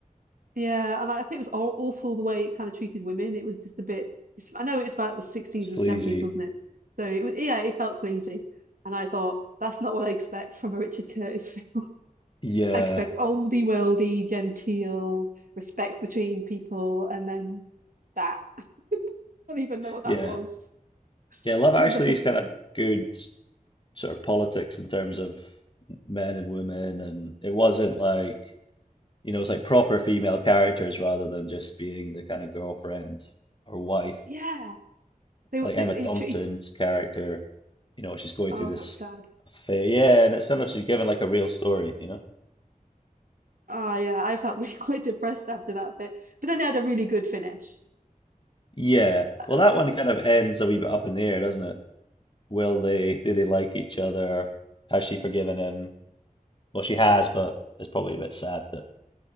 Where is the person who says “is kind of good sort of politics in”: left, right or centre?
Left